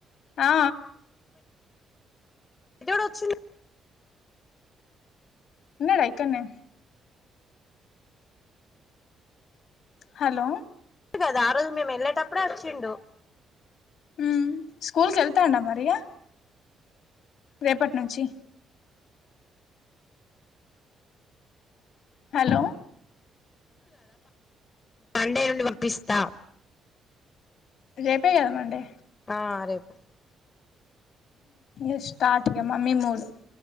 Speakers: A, on the left; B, on the left.
A: ఆ
B: పెద్దోడు వచ్చిండు
A: ఉన్నడా ఇక్కన్నే హలో
B: కదా ఆ రోజు మేము ఎళ్ళేటప్పుడే అచ్చిండు
A: ఉమ్ స్కూల్ కెళ్తాండా మరిగా రేపటి నుంచి హలో
B: మండే నుండి పంపిస్తాం
A: రేపే కదా మండే
B: ఆ రేపు
A: ఎస్ స్టార్ట్ ఇగ మమ్మీ మూడ్